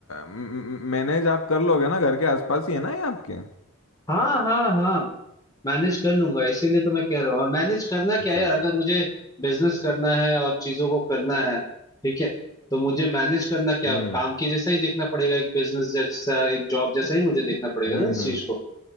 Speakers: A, on the left; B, on the left.
A: मैनेज आप कर लोगे ना घर के आसपास ही है ना ये आपके
B: हाँ हाँ हाँ मैनेज कर लूंगा इसीलिए तो मैं कह रहा हूँ और मैनेज करना क्या
A: अच्छा
B: यार अगर मुझे बिजनेस करना है और चीजों को करना है ठीक है तो मुझे मैनेज करना क्या
A: हम्म
B: काम के जैसा ही देखना पड़ेगा एक बिजनेस जैसा एक जॉब जैसा ही मुझे देखना पड़ेगा
A: हम्म
B: ना इस
A: हम्म
B: चीज को